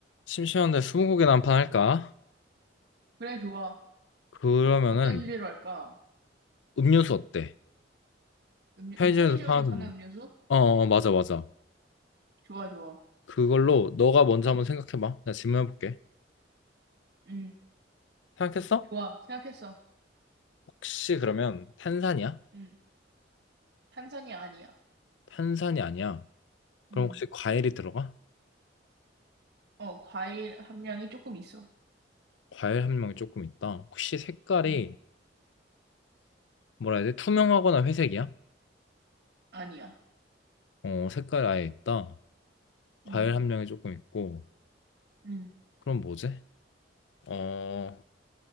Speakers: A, on the left; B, on the right.
A: 심심한데 스무고개나 한 판 할까?
B: 그래, 좋아.
A: 그러면은
B: 어떤 주제로 할까?
A: 음료수 어때?
B: 음료,
A: 편의점에서
B: 편의점에서
A: 파는
B: 파는
A: 음료.
B: 음료수?
A: 어, 어, 맞아, 맞아.
B: 좋아, 좋아.
A: 그걸로 너가 먼저 한번 생각해봐. 나 질문해볼게.
B: 음,
A: 생각했어?
B: 좋아. 생각했어.
A: 혹시 그러면 탄산이야?
B: 음, 탄산이 아니야.
A: 탄산이 아니야. 그럼
B: 음,
A: 혹시 과일이 들어가?
B: 어, 과일 함량이 조금 있어.
A: 과일 함량이 조금 있다. 혹시 색깔이
B: 음,
A: 뭐라 해야 돼? 투명하거나 회색이야?
B: 아니야.
A: 어, 색깔 아예 있다. 과일
B: 음,
A: 함량이 조금 있고.
B: 음,
A: 그럼 뭐지? 어,